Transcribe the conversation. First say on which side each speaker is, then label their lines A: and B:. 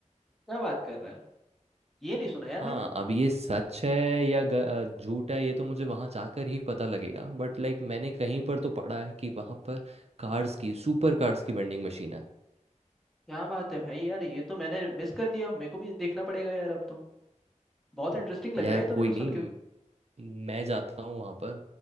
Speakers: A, in the centre; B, on the right.
A: क्या बात कर रहा है ये नहीं सुना यार
B: हाँ
A: मैंने
B: अब ये सच है या ग- अ, झूठ है ये तो मुझे वहां जाकर ही पता लगेगा बट लाइक मैंने कहीं पर तो पढ़ा है कि वहां पर कार्स की सुपर कार्स की वेंडिंग मशीन है
A: क्या बात है भाई यार ये तो मैंने मिस कर दिया मेरे को भी देखना पड़ेगा यार अब तो बहुत इंटरेस्टिंग लग
B: यार
A: रहा है ये तो
B: कोई
A: मेरे को सुन
B: नहीं
A: के
B: म- मैं जाता हूँ वहां पर